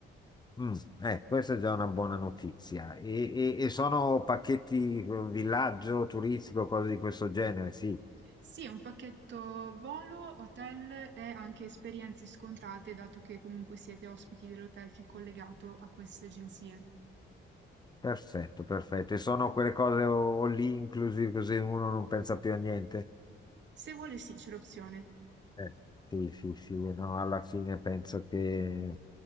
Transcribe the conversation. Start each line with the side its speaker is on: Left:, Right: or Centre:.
Left: Mm, eh, questa è già una buona notizia. E, e- e sono pacchetti eh, villaggio turistico, cose di questo genere, sì.
Right: Sì, è un pacchetto volo, hotel e anche esperienze scontate, dato che comunque siete ospiti dell'hotel che è collegato a queste agenzie.
Left: Perfetto, perfetto. E sono quelle cose o- all inclusive così uno non pensa più a niente.
Right: Se vuole, sì, c'è l'opzione.
Left: Eh, sì, sì, sì, no, alla fine penso che